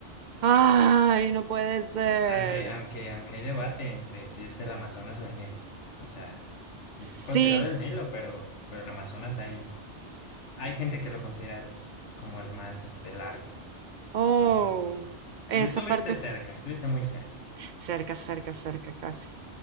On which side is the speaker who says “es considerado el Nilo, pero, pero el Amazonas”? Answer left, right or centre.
Left